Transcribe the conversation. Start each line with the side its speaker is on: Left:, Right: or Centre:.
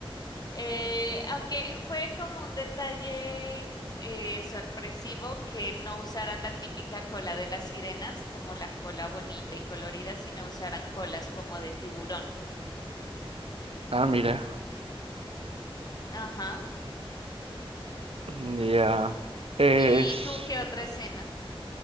Left: Eh, aunque fue como un detalle eh, sorpresivo que no usaran la típica cola de las sirenas, como la cola bonita y colorida, sino usaran colas como de tiburón.
Right: ah, mira.
Left: Ajá.
Right: Ya. Es.
Left: ¿Y tú qué otra escena?